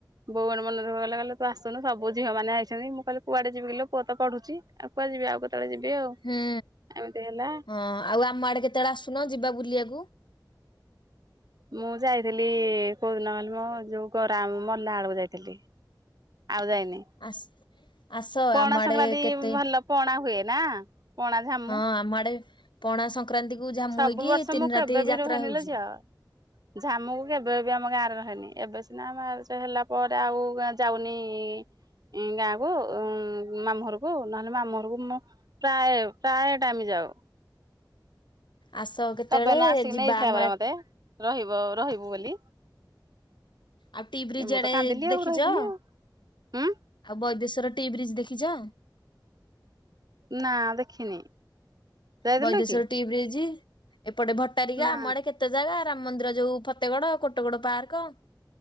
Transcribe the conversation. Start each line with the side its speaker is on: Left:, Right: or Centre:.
Right: ବୋଉ ବଡ଼ ମନ ଦୁଖଃ କାଲା କହିଲା ତୁ ଆସୁନୁ ସବୁ ଝିଅ ମାନେ ଆଇଚନ୍ତି। ମୁଁ କହିଲି କୁଆଡେ ଯିବି କିଲୋ ପୁଅ ତ ପଢ଼ୁଚି। ଆଉ କୁଆଡେ ଯିବି ଆଉ କେତବେଳେ ଯିବି ଆଉ।
Left: ହୁଁ
Right: ଏମିତି ହେଲା
Left: ହଁ ଆଉ ଆମ ଆଡେ କେତେବେଳେ ଆସୁନ ଯିବା ବୁଲିବାକୁ।
Right: ମୁଁ ଯାଇଥିଲି କୋଉ ଦିନ କହିଲ ମୋ ଯୋଉ ଗଉରା ମାମୁଁ ମଲା ବେଳକୁ ଯାଇଥିଲି। ଆଉ ଯାଇନି।
Left: ଆସ ଆସ
Right: ପଣା
Left: ଆମ ଆଡେ
Right: ସଂକ୍ରାନ୍ତି
Left: କେତେ
Right: ଭଲ ପଣା ହୁଏ ନା? ପଣା ଝାମୁ
Left: ହଁ ଆମ ଆଡେ ପଣା ସଂକ୍ରାନ୍ତି କୁ ଝାମୁ
Right: ସବୁ
Left: ହେଇକି
Right: ବର୍ଷ
Left: ତିନି
Right: ମୁଁ କେବେ
Left: ରାତି
Right: ବି
Left: ଯାତ୍ରା
Right: ରୁହେନି
Left: ହଉଚି।
Right: ଲୋ ଝିଅ
Left: <inaudible>
Right: ଝାମୁକୁ କେବେ ବି ଆମ ଗାଁରେ ରହେନି। ଏବେ ସିନା ଆମ ବାହା ସା ହେଲା ପରେ ଆଉ ଯାଉନି ଇ ଗାଁ କୁ ମାମୁଁ ଘରକୁ ନହେଲେ ମାମୁଁ ଘରକୁ ମୁଁ ପ୍ରାୟ ପ୍ରାୟ ଟାଇମ ଯାଉ।
Left: ଆସ
Right: <unintelligible>
Left: କେତେବେଳେ
Right: ଆସି
Left: ଯିବା
Right: ନେଇଥିଲା
Left: ଆମ
Right: ବରା ମତେ ରହିବ ରହିବୁ ବୋଲି।
Left: ଆଉ ଟି ବ୍ରିଜ
Right: ମୁଁ
Left: ଆଡେ
Right: ତ କାନ୍ଦିଲି
Left: ଦେଖିଚ
Right: ରହିଲିନି
Left: ଆଉ
Right: ହୁଁ
Left: ବୈଦେଶ୍ୱର ଟି ବ୍ରିଜ ଦେଖିଚ?
Right: ନାଁ ଦେଖିନି। ଯାଇଥିଲୁ
Left: ବୈଦେଶ୍ଵର
Right: କି
Left: ଟି ବ୍ରିଜ ଏପଟେ ଭଟାରିକା
Right: ନା
Left: ଆମ ଆଡେ କେତେ କେତେ ଜାଗା ରାମ ମନ୍ଦିର ଯୋଉ ଫତେଗଡ କୋଟଗଡ ପାର୍କ।